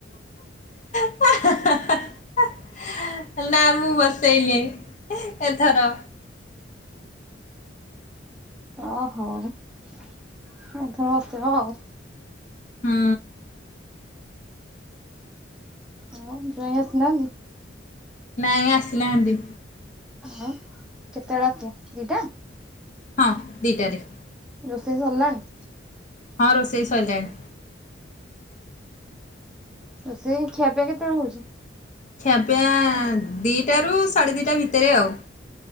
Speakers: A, on the left (about 40°); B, in the centre.
A: <unintelligible> ନା ମୁଁ ବସେଇ ନେଇ ଏଥର।
B: ଓହୋ ଉ ଏଥର ବସେଇବ ଆଉ।
A: ହୁଁ।
B: ଆଉ ଜ୍ୱାଇଁ ଆସିନାହାନ୍ତି?
A: ନାଇଁ ଆସିନାହାନ୍ତି।
B: ଆଉ କେତେବେଳେ ଆସିବେ ଦିଟା?
A: ହଁ ଦିଟା ରେ।
B: ରୋଷେଇ ସରିଲାଣି?
A: ହଁ ରୋଷେଇ ସଇଲାଣି।
B: ରୋଷେଇ ଖିଆ ପିଆ କେତେବେଳେ ହଉଚି?
A: ଖିଆ ପିଆ ଦିଇଟାରୁ ସାଢ଼େ ଦିଇଟା ଭିତରେ ଆଉ।